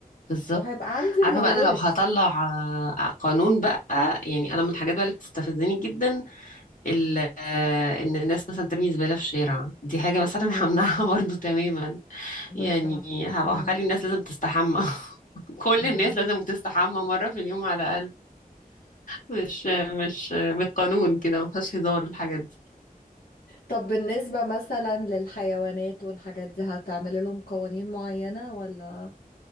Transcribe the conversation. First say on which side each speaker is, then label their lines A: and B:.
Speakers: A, on the left; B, on the left.
A: بالظبط
B: وهيبقى عندي
A: عارفه
B: الموارد
A: بقى انا لو هطلع آه، قانون بقى يعني انا من الحاجات بقى اللي بتستفزني جدا ال- آه، ان الناس مثلا ترمي زباله في الشارع دي حاجه مثلا
B: مم.
A: همنعها <laughs> برضو تماما
B: مثلا
A: يعني هبقى
B: مم.
A: هخلي الناس لازم تستحمى <laughs> كل
B: مم.
A: الناس لازم تستحمى مره في اليوم على الاقل مش مش بالقانون كده ما فيهاش هزار الحاجات دي
B: طب بالنسبة مثلا للحيوانات والحاجات دي هتعمل لهم قوانين معينة ولا